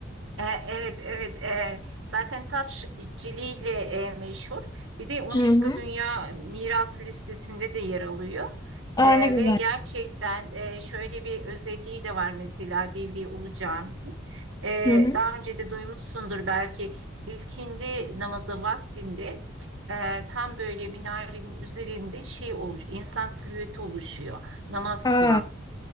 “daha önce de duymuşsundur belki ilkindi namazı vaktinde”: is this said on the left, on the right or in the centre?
Right